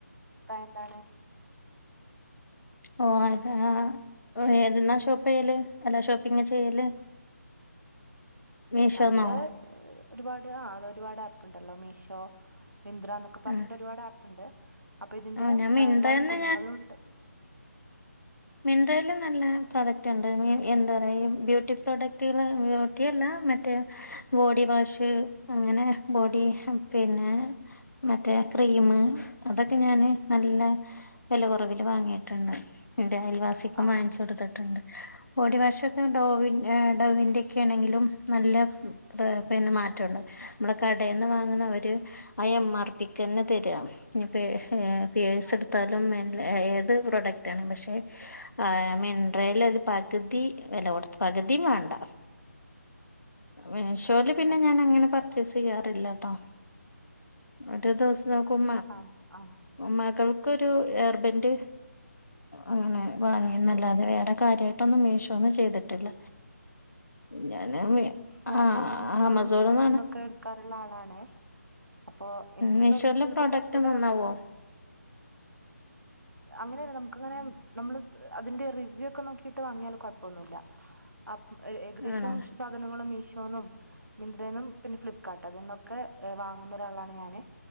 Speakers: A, on the right; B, on the left.
A: എന്താണ്
B: ആഹ് ഓ ഏതെന്നാ ഷോപ്പ് ചെയ്യല് അല്ലാ ഷോപ്പിങ് ചെയ്യല് മീഷോന്നോ
A: നമ്മള് ഒരുപാട് ആ അത് ഒരുപാട് ആപ്പ് ഉണ്ടല്ലോ മീഷോ മിന്ദ്ര എന്നൊക്കെ പറഞ്ഞിട്ട്
B: ആഹ്
A: ഒരുപാട് ആപ്പ് ഉണ്ട് അപ്പൊ ഇതിന്റെ
B: ആഹ് ഞാൻ മിന്ത്രേന്ന്
A: ഒരുപാട് ഗുണങ്ങളും ഉണ്ട്
B: മിന്ദ്രയില് നല്ല പ്രോഡക്റ്റ് ഉണ്ട് എന്താ പറ ബ്യട്ടി പ്രോഡക്റ്റ് ബ്യൂട്ടി അല്ല മറ്റേ ബോഡി വാഷ് അങ്ങനെ ബോഡി പിന്നെ മറ്റേ ക്രീമ് അതൊക്കെ ഞാന് നല്ല വില കുറവില് വാങ്ങിയിട്ടുണ്ട് എന്റെ അയൽവാസിക്കും
A: ആഹ്
B: വാങ്ങിച്ചു കൊടുത്തിട്ടുണ്ട് ബോഡി വാഷ് ഒക്കെ ഡോവി ഡോവിന്റെറെ ഒക്കെ ആണെങ്കിലും നല്ല പിന്നെ മറ്റണ്ട് നമ്മുടെ കടയിൽ നിന്ന് വാങ്ങുന്ന അവര് ആ എം ആർ പിക്ക് തന്നെ തരിക ഇപ്പോ പിയേഡ്സ്
A: അതെ
B: എടുത്താലും മ ഏത് പ്രോഡക്റ്റ് ആണ് പക്ഷെ മിൻന്ദ്ര അത് പകുതി വില കൊടുത്ത പകുതി വേണ്ട മീശേയില് പിന്നെ
A: അതെ
B: ഞാൻ അങ്ങനെ പർച്ചേസ് ചെയ്യാറില്ലട്ടോ ഒരു ദിവസം നോക്കും
A: ആഹ് ആഹ്
B: മകൾക്കൊരു എർബെന്റ് അങ്ങനെ വാങ്ങി എന്നല്ലാതെ വേറെ കാര്യമായിട്ടൊന്നും മീശോ ഒന്നും ചെയ്തിട്ടില്ല ഞാന്
A: ഞാന്
B: ആ
A: മിശോന്നുംന്നും
B: ആമസോണിന്നാണ്
A: ഇതിൽന്നൊക്കെ എടുക്കാറുള്ള ആളാണ് അപ്പൊ എനിക്കും
B: മീഷോയിലെ
A: തോന്നിട്ടുള്ളത്
B: പ്രോഡക്റ്റ്
A: കുറച്ചുകൂടെ
B: നന്നാവോ
A: നമുക്ക് അങ്ങനെയ നമുക്കങ്ങനെ നമ്മള് അതിന്റെ റിവ്യൂ ഒക്കെ നോക്കിട്ട് വാങ്ങിയാല് കുഴപ്പൊന്നുമില്ല അ ഏകദേശം
B: ആണോ
A: സാധനങ്ങളും മീശോ ന്നും മിന്ദ്രന്നും പിന്നെ ഫ്ലിപ്പ്കാർട്ട് അതന്നൊക്കെ വാങ്ങുന്ന ഒരാളാണ് ഞാന്